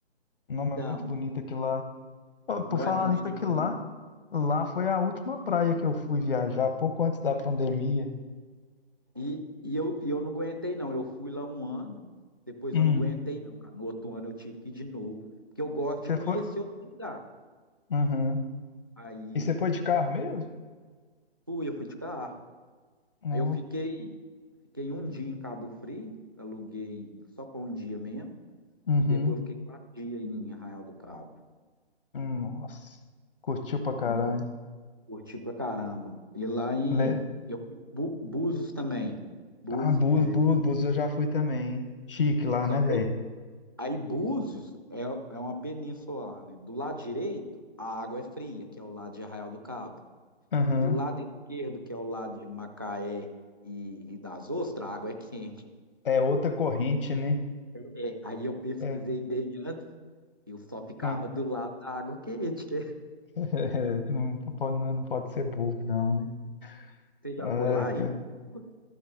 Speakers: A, on the left (about 55°); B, on the right (about 20°).
A: Não,
B: Então,
A: mas é muito bonito aquilo lá. Ó, por
B: não
A: falar
B: é bonito
A: nisso, aquilo
B: demais.
A: lá, lá foi a última praia que eu fui viajar, pouco antes da pandemia.
B: E, e, eu, e eu não aguentei, não. Eu fui lá um ano, depois
A: Hum.
B: eu não aguentei, não, cara. No outro ano eu tive que ir de novo. Porque eu gosto de
A: Você
B: conhecer
A: foi?
B: outro lugar.
A: Uhum.
B: Aí
A: E você foi de carro mesmo?
B: fui, eu fui de carro.
A: Nó.
B: Aí eu fiquei, fiquei um dia em Cabo Frio, aluguei só para um dia mesmo.
A: Uhum.
B: E depois eu fiquei quatro dias em Arraial do Cabo.
A: Nossa. Curtiu pra caralho.
B: Nossa, curti pra caramba. E lá em.
A: Le...
B: Eu fui em Bu- Búzios também. Búzios.
A: Ah, Búzios,
B: é,
A: Búzios, Búzios eu já fui também. hein? Chique lá,
B: Só
A: né,
B: que
A: velho?
B: Aí Búzios é, é uma península lá, né? Do lado direito, a água é fria, que é o lado de Arraial do Cabo.
A: Aham.
B: E o lado esquerdo, que é o lado de Macaé e, e das Ostras, a água é quente.
A: É outra corrente, né?
B: É, aí eu pesquisei
A: É.
B: bem antes, eu só ficava
A: Ah.
B: do lado da água quente, né?
A: <laughs> Não pode, não pode ser bobo, não, né?
B: Você já
A: Ai,
B: foi lá
A: cara.
B: em Búzios?